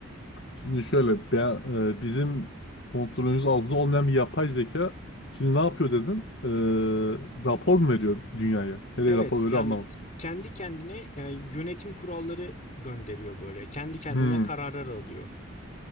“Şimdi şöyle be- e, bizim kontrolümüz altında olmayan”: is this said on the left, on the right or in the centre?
Left